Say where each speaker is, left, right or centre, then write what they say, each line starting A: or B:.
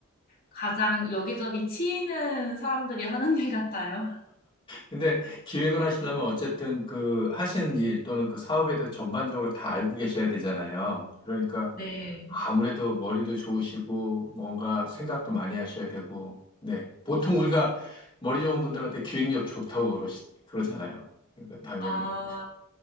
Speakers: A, on the left; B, on the left.
A: 가장 여기저기 치이는 사람들이 하는 일 같아요.
B: 근데 기획을 하시려면 어쨌든 그 하시는 일 또는 그 사업에 대해 전반적으로 다 알고 계셔야 되잖아요. 그러니까
A: 네.
B: 아무래도 머리도 좋으시고, 뭔가 생각도 많이 하셔야 되고, 네. 보통 우리가 머리 좋은 분들한테 기획력 좋다고 그러시, 그러잖아요. 그러니까 당연히.
A: 아,